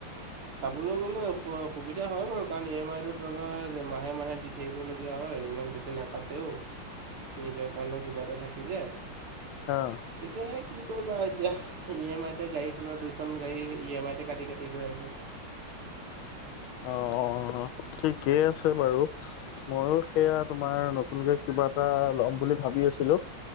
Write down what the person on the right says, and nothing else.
চাবলৈ গ'লে সু সুবিধা হয় বাৰু কাৰণ ই এম আইটোৰ ধৰা মাহে মাহে- দিবলগীয়া হয় ইমান বেছি নাকাটেও।
নিজৰ কাৰণেও কিবা এটা থাকি যায়।
সেইটোৱে কি কৰিবা আৰু এতিয়া। ই এম আই তে গাড়ীখনৰ দুইখন গাড়ী ই এম আই কাটি কাটি গৈ আছে।